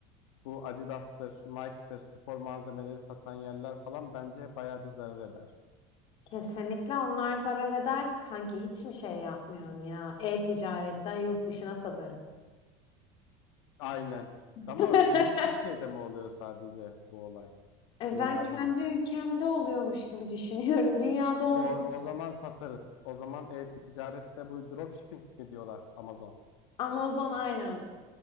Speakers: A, on the left; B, on the left.
A: Bu Adidas'tır, Nike'tır, spor malzemeleri satan yerler falan bence bayağı bir zarar eder.
B: Kesinlikle onlar zarar eder. Kanki hiç mi şey yapmıyorsun ya? E-ticaretten yurt dışına satarım.
A: Aynen.
B: <laughs>
A: Ama bizim Türkiye'de mi oluyor sadece bu olay?
B: E,
A: Dünyada
B: Ben kendi
A: mı?
B: ülkemde oluyormuş gibi düşünüyorum. <laughs> Dünyada olmaz.
A: Doğru. O zaman satarız. O zaman e-ticarette bu dropshipping mi diyorlar Amazon?
B: Amazon aynen.